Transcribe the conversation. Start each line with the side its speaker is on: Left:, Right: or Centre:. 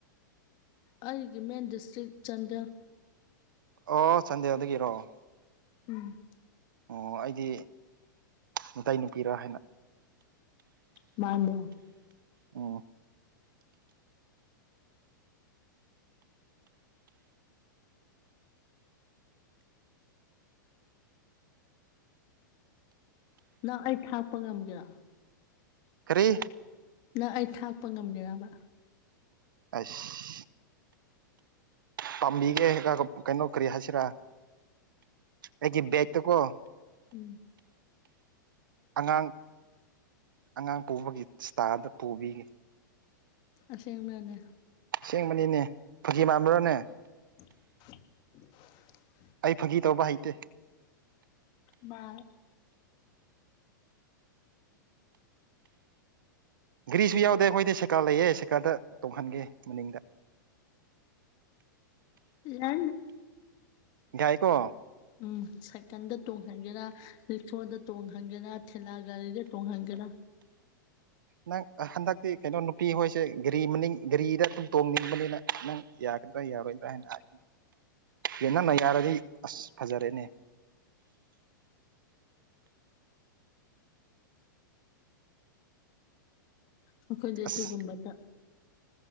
Left: ꯑꯩꯒꯤ ꯃꯦꯟ ꯗꯤꯁꯇ꯭ꯔꯤꯛ ꯆꯥꯟꯗꯦꯜ
Right: ꯑꯣ ꯁꯟꯗꯦꯗꯒꯤꯔꯣꯑꯣ
Left: ꯎꯝ
Right: ꯑꯣ ꯑꯩꯗꯤ ꯅꯨꯇꯩ ꯅꯨꯄꯤꯔꯥ ꯍꯥꯏꯅ
Left: ꯃꯥꯟꯗ
Right: ꯑꯣ
Left: ꯅꯪ ꯑꯩ ꯊꯥꯛꯄ ꯉꯝꯒꯦꯔ
Right: ꯀꯔꯤ
Left: ꯅꯪ ꯑꯩ ꯊꯥꯛꯄ ꯉꯝꯒꯔꯕ
Right: ꯑꯁ ꯄꯥꯝꯕꯤꯒꯦ ꯀꯩꯅꯣ ꯀꯔꯤ ꯍꯥꯏꯁꯤꯔꯥ ꯑꯩꯒꯤ ꯕꯦꯛꯇꯀꯣ
Left: ꯎꯝ
Right: ꯑꯉꯥꯡ ꯑꯉꯥꯡ ꯄꯨꯕꯒꯤ ꯏꯁꯇꯥꯗ ꯄꯨꯕꯤꯒꯦ
Left: ꯑꯁꯦꯡꯕꯅꯦ
Right: ꯁꯦꯡꯕꯅꯤꯅꯦ ꯐꯖꯤ ꯃꯥꯟꯕ꯭ꯔꯣꯅꯦ
Left: <unintelligible>
Right: ꯑꯩ ꯐꯥꯒꯤ ꯇꯧꯕ ꯍꯩꯇꯦ
Left: ꯃꯥ
Right: ꯘꯔꯤꯁꯨ ꯌꯥꯎꯗꯦ ꯑꯩꯈꯣꯏꯗꯤ ꯁꯦꯀꯥ ꯂꯩꯌꯦ ꯁꯦꯀꯥꯗ ꯇꯣꯡꯍꯟꯒꯦ ꯃꯅꯤꯡꯗ
Left: ꯂ
Right: ꯌꯥꯏꯀꯣ
Left: ꯎꯝ ꯁꯥꯏꯀꯗ ꯇꯣꯡ ꯣꯡꯍꯟꯒꯦꯔꯥ ꯔꯤꯛꯁꯣꯗ ꯇꯣꯡꯍꯟꯒꯦꯔꯥ ꯊꯦꯂ ꯒꯥꯔꯤꯗ ꯇꯣꯡꯍꯟꯒꯦꯔꯥ
Right: ꯅꯪ ꯍꯟꯗꯛꯇꯤ ꯀꯩꯅꯣ ꯅꯨꯄꯤ ꯍꯣꯏꯁꯦ ꯒꯥꯔꯤ ꯃꯅꯤꯡ ꯒꯥꯔꯤꯗ ꯑꯗꯨꯝ ꯇꯣꯡꯅꯤꯡꯕꯅꯤꯅ ꯅꯪ ꯌꯥꯀꯗ ꯌꯥꯔꯣꯏꯗ ꯍ ꯍꯥꯏ ꯌꯦ ꯅꯃ ꯌꯥꯔꯗꯤ ꯑꯁ ꯐꯖꯔꯦꯅꯦ
Left: ꯑꯩꯈꯣꯏꯗ ꯑꯗꯨꯒꯨꯝꯕꯗ
Right: ꯑꯁ